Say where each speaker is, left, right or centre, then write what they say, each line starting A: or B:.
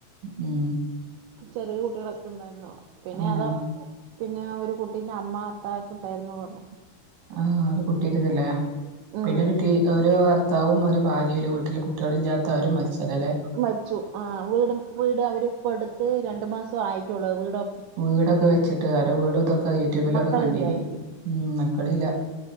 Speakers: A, on the right (about 70°); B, on the right (about 80°).
A: ഉം
B: ചെറ്യേ കുട്ടിയളൊക്കെ ഉണ്ടായിരുന്നോ പിന്നെ
A: ആഹ്
B: അതോ പിന്നെ ഒരു കുട്ടീന്റെ അമ്മ അത്ത ഒക്കെ ഉണ്ടായിരുന്നു പറഞ്ഞു
A: ആഹ് അത് കുട്ടിയിടതല്ലേ
B: ഉം
A: പിന്നെ ഒരു ടി ഓരു ഭർത്താവും ഒരു ഭാര്യ ഒരു വീട്ടിലെ കുട്ടികളില്ലാത്തവരും മരിച്ചല്ലേ അല്ലേ
B: മരിച്ചു ആ വീടും വീട് അവരിപ്പോ എടുത്ത് രണ്ട് മാസെ ആയിട്ടുള്ളൂ വീടൊ
A: വീടൊക്കെ വെച്ചിട്ട് അവരെ വീട് ഇതൊക്കെ യൂട്യൂബിലൊക്കെ
B: മക്കളില്ല
A: കണ്ടീനി
B: അവർക്ക്
A: ഉം മക്കളില്ല.